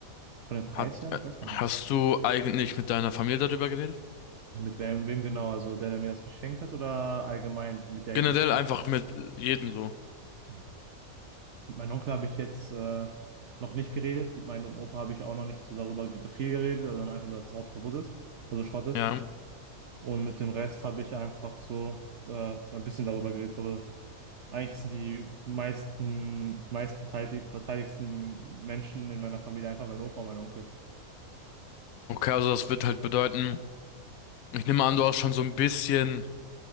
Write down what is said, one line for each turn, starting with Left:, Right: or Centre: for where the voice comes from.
Right: Von dem Preis
Left: hat,
Right: her?
Left: äh,
Right: Ich weiß gar
Left: hast
Right: nicht.
Left: du eigentlich mit deiner Familie darüber geredet?
Right: Mit wem, wem genau? Also, der, der mir das geschenkt hat oder allgemein, mit der
Left: Generell
Right: ich jetzt gerade.
Left: einfach mit jedem so.
Right: Hm. Mit meinem Onkel habe ich jetzt äh, noch nicht geredet. Mit meinem Opa habe ich auch noch nicht so darüber ge- viel geredet, sondern einfach nur, dass das Auto kaputt ist, also Schrott ist.
Left: Ja.
Right: Und mit dem Rest habe ich einfach so äh, ein bisschen darüber geredet. Aber eigentlich sind die meisten, meistbeteiligten beteiligsten Menschen in meiner Familie einfach mein Opa und mein Onkel.
Left: Okay, also das wird halt bedeuten, ich nehme an, du hast schon so ein bisschen